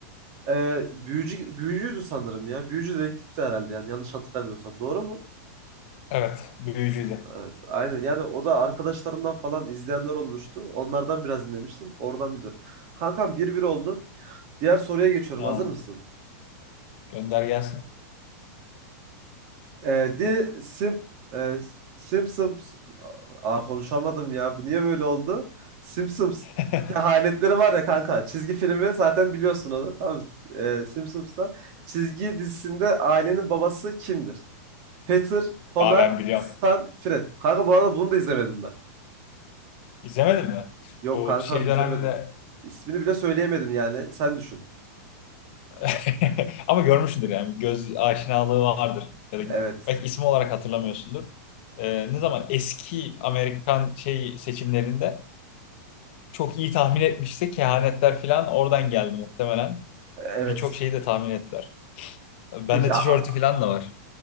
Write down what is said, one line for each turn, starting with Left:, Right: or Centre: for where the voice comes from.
Right: e, büyücü büyücüydü sanırım ya. Büyücü dedektifti herhalde yani yanlış hatırlamıyorsam. Doğru mu?
Left: Evet. Büyücüydü.
Right: Evet, aynen. Yani o da arkadaşlarımdan falan izleyenler olmuştu. Onlardan biraz dinlemiştim. Oradan biliyorum. Kankam bir bir oldu. Diğer soruya geçiyorum.
Left: Aa,
Right: Hazır mısın?
Left: gönder gelsin.
Right: Ee, The Sim e, Simpsons Aa, konuşamadım ya. Bu niye böyle oldu? Simpsons
Left: <laughs>
Right: kehanetleri var ya kanka. Çizgi filmi zaten biliyorsun onu. Tamam. Ee, Simpsons'ta çizgi dizisinde ailenin babası kimdir? Peter, Homer,
Left: Daha ben biliyorum.
Right: Stan, Fred. Kanka bu arada bunu da izlemedim ben.
Left: İzlemedin mi?
Right: Yok
Left: Bu
Right: kankam
Left: şey
Right: izlemedim.
Left: döneminde
Right: İsmini bile söyleyemedim yani. Sen düşün.
Left: <laughs> ama görmüşsündür yani bir göz aşinalığı vardır. Ya da
Right: Evet.
Left: belki ismi olarak hatırlamıyorsundur. Ee, ne zaman eski Amerikan şey seçimlerinde çok iyi tahmin etmişse kehanetler falan oradan geldi muhtemelen.
Right: Evet.
Left: Birçok şeyi de tahmin ettiler. Bende
Right: Peki a-
Left: tişörtü
Right: a-
Left: falan da var.